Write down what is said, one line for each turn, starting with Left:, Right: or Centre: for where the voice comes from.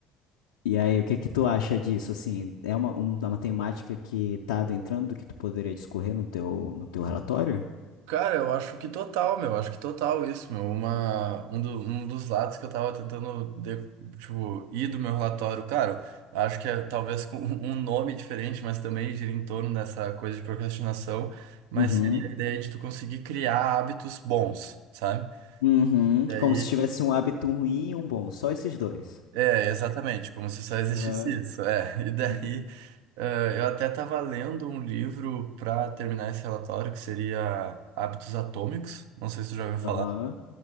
Left: E aí, o que que tu acha disso? Assim, é uma, um- uma temática que tá adentrando que tu poderia discorrer no teu, no teu relatório?
Right: Cara, eu acho que total, meu. Acho que total isso, meu. Uma, um, do- um dos lados que eu tava tentando, de- tipo, ir do meu relatório, claro, acho que é talvez com <laughs> um nome diferente, mas também gira em torno dessa coisa de procrastinação, mas
Left: Uhum.
Right: seria a ideia de tu conseguir criar hábitos bons, sabe?
Left: Uhum,
Right: e aí
Left: como se tivesse um hábito ruim e um bom, só esses dois.
Right: é, exatamente, como se só existisse
Left: Aham.
Right: isso. É, <laughs> e daí
Left: Uhum.
Right: eh, eu até estava lendo um livro para terminar esse relatório que seria Hábitos Atômicos. Não sei se tu já ouviu falar.
Left: Aham.